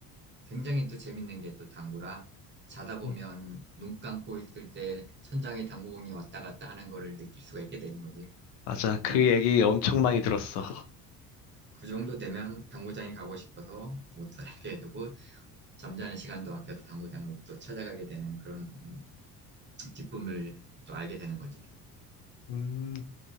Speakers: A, on the right; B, on the left.
A: 굉장히 또 재밌는 게 또 당구라 자다 보면
B: 음,
A: 눈 감고 있을 때 천장에 당구공이 왔다 갔다 하는 거를 느낄 수가 있게 되는 거지.
B: 맞아, 그
A: 그,
B: 얘기 엄청 많이 들었어.
A: 그 정도 되면 당구장에 가고 싶어서 못 살게 <laughs> 되고 잠자는 시간도 아껴서 당구장을 또 찾아가게 되는 그런 음, 기쁨을 또 알게 되는 거지.
B: 음,